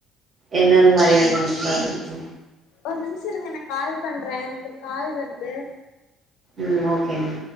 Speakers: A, on the right; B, on the left.
A: என்னனந் மாரி அனிமெல்ஸ்லா புடிக்கு
B: ஒரு நிம்ஷோ இருங்க நா கால் பண்றே எனக்கு ஒரு கால் வருது
A: ம் ஓகேங்க